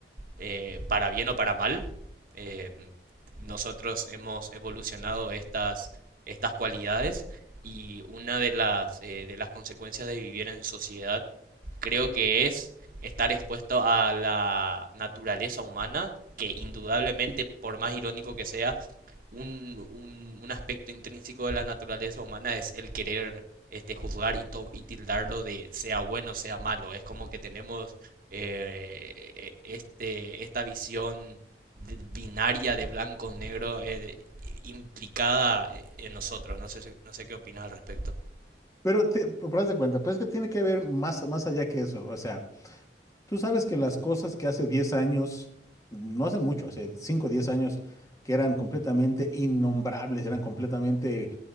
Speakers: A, on the right; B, on the left.
A: eh, para bien o para mal, eh, nosotros hemos evolucionado estas, estas cualidades y una de las, eh, de las consecuencias de vivir en sociedad creo que es estar expuesto a la naturaleza humana, que indudablemente, por más irónico que sea, un, un, un aspecto intrínseco de la naturaleza humana es el querer este, juzgar y, to- y tildarlo de sea bueno, sea malo. Es como que tenemos eh, este, esta visión de- binaria de blanco-negro eh, implicada eh, en nosotros. No sé, si- no sé qué opinas al respecto.
B: Pero, te, pero haz de cuenta, pero es que tiene que ver más, más allá que eso. O sea, Tú sabes que las cosas que hace 10 años, no hace mucho, hace 5 o 10 años, que eran completamente innombrables, eran completamente